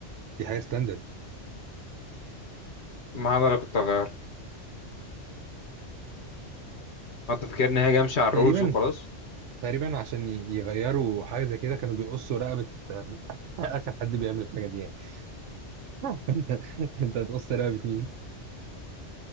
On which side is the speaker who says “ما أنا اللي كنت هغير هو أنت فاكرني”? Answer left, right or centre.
Left